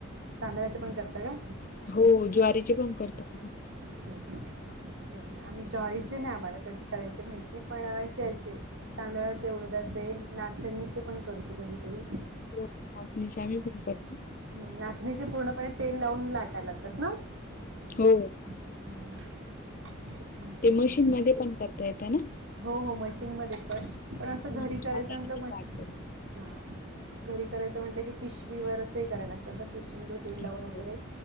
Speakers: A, on the right; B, on the left.
A: तांदळाच पण करता का?
B: हो ज्वारीचे पण करतो आम्ही.
A: अच्छा अच्छा बरं आहे आम्ही ज्वारीचे नाही आम्हाला कधी करायच माहिती पण अ अशी याची तांदळाचे उडदचे नाचणीचे पण करतो कधी तरी
B: हो नाचणीचे आम्ही पन करतो.
A: ह नाचणीचे पूर्णपणे तेल लावून लाटायला लागतात ना?
B: हो.
A: <unintelligible> पण
B: ते
A: केलेले.
B: मशीन मध्ये पण करता येत ना?
A: हो हो मशीनमध्ये पण पण
B: हम्म,
A: असं घरी करायचं
B: हाताने
A: म्हटलं
B: नाही
A: मशी
B: काढता
A: हा घरी करायचं म्हटलं की पिशवीवर असं हे करायला लागतं ना पिशवीला तेल
B: येत
A: लावून वगैरे
B: हो